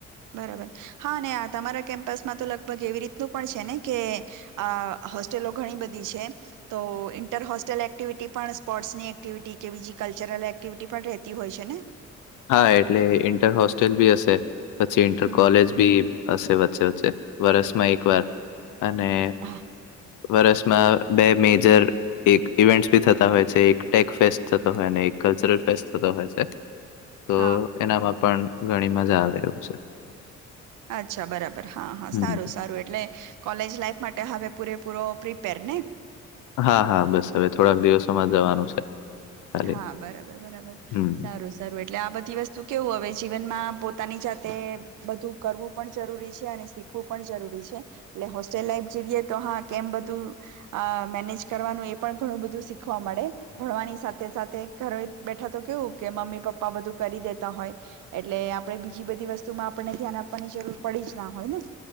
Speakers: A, on the right; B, on the left.
A: બરાબર હા અને આ તમારા કેમ્પસમાં તો લગભગ એવી રીતનું પણ છે ને કે અ હોસ્ટેલો ઘણી બધી છે. તો ઇન્ટર હોસ્ટલ એક્ટિવિટી પણ સ્પોર્ટ્સની એક્ટિવિટી કે બીજી કલ્ચરલ એક્ટિવિટી પણ રહેતી હોય છે ને?
B: હા એટલે ઈન્ટર હોસ્ટેલ બી હશે પછી ઇન્ટર
A: હમ
B: કોલેજ બી હશે વચ્ચે વચ્ચે. વરષમાં એકવાર અને
A: હા
B: વરષમાં બે મેજર એક ઇવેન્ટસ બી થતા હોય છે એક ટેક ફેસ્ટ થતો હોય ને એક કલ્ચરલ ફેસ્ટ થતો હોય છે. તો
A: હા
B: એનામાં પણ ઘણી મજા આવે એવું છે.
A: અચ્છા બરાબર હા હા
B: હમ
A: સારું સારું એટલે કોલેજ લાઈફ માટે હવે પૂરેપૂરો પ્રિપેર ને?
B: હા હા બસ હવે થોડાક દિવસોમાં જવાનું છે. ખાલી
A: હા બરાબર બરાબર
B: હમ
A: સારું <unintelligible> એટલે આ બધી વસ્તુ કેવું હવે જીવનમાં પોતાની જાતે બધું કરવું પણ જરૂરી છે અને શીખવું પણ જરૂરી છે. એટલે હોસ્ટેલ લાઈફ જીવીએ તો હા કેમ બધું અ મેનેજ કરવાનું એ પણ ઘણું બધું શીખવા મળે ભણવાની સાથે સાથે સાથે ઘરે બેઠા તો કેવું કે મમ્મી પપ્પા બધું કરી દેતા હોય. એટલે આપણે બીજી બધી વસ્તુ માં આપણને ધ્યાન આપવાની જરૂર પડી જ ના હોય ને.